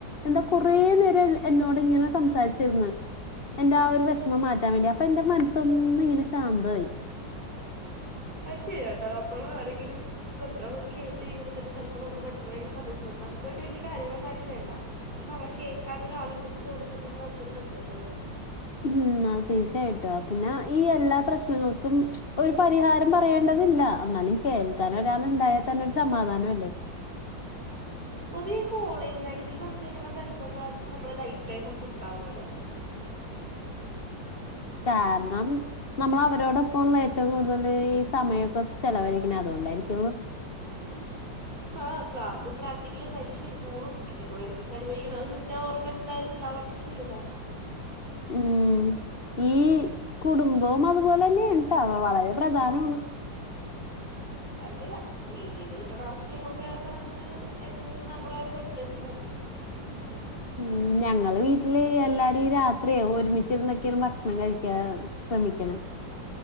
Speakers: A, on the left (about 35°); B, on the right (about 20°).
A: എന്താ കൊറേ നേരം എന്നോടിങ്ങനെ സംസാരിച്ചിരുന്ന്. എന്റെ ആ ഒരു വെഷമം മാറ്റാൻ വേണ്ടി. അപ്പൊ എന്റെ മനസ്സൊന്നിങ്ങനെ ശാന്തായി.
B: അയ്ശര്യാട്ടൊ നമ്മള് ആരെങ്കിലും ശ്രദ്ധവാണം അത് കേട്ട് ഴിയുമ്പന്നെ ചെല്പ്പ നമുക്ക് മനസിന് ഭയങ്ക സന്തോഷവാണ്. നമുക്ക് വേണ്ടി വല്യ കാര്യങ്ങളന്നാരും ചെയ്യണ്ട. പക്ഷെ നമ്മള കേക്കാൻ ഒരാളുണ്ടന്ന് തോന്നുമ്പോൾ തന്നെ നമുക്ക് ഒരു സന്തോഷാവും
A: ഉം അത് തീർച്ചയായിട്ടും. പിന്നെ ഈ എല്ലാ പ്രശ്നങ്ങൾക്കും ഒരു പരിഹാര രം പറയേണ്ടതില്ല. എന്നാലും കേൾക്കാനൊരാൾ ഇണ്ടായാതന്നെ ഒരു സമാധാനൊല്ലേ
B: പൊതെവെ ഈ കോളേജ് ലൈഫില് നമക്ക് കിട്ട്ണ ഫ്രൻസൊക്കെ നമ്മളെ ലൈഫ് ടൈം മൊത്തൊണ്ടാവോലെ. ഉ <inaudible>
A: കാര്ണം നമ്മള് അവരോടൊപ്പം ഇള്ള ഏറ്റവും കൂടുതല് ഈ സമയമൊക്കെ ചെലവഴിക്ക്ണ അതോണ്ടായിരിക്കൊള്ളൂ.
B: <inaudible> ആഹ് ക്ലാസും പ്രാക്ടിക്കലും പരീക്ഷയും ടൂറും എക്കെക്കൂടെ ഒരുമിച്ചാണ് പോയിരിക്ക്ണത്. അതൊന്നും ഇൻ്റ ആ ഓർമ്മേല് എന്തായാലും ഇണ്ടാവാണ്ടിരി ക്ക്യൂയൂലല്ലൊ
A: ഉം ഈ കുടുംബവും അതുപോലെ ന്നേണ് ട്ടോ വളരെ പ്രധാന ആണ്
B: അയ്ശര്യാ വീട്ടീന്ന് കിട്ട്ണ ആ സ്നേഹും കെയറൊക്കെ നമുക്ക് എപ്പഴും നമ്മുടെ ഒരു കോൺഫിഡൻസ് കൂട്ടും. ഉം
A: ഉം ഞങ്ങള് വീട്ടില് എല്ലാരു ഈ രാത്രിയെ ഒരുമിച്ചിരുന്നൊക്കെയാണ് ഭക്ഷണം കഴിക്കാ സെമിയ്ക്കണ്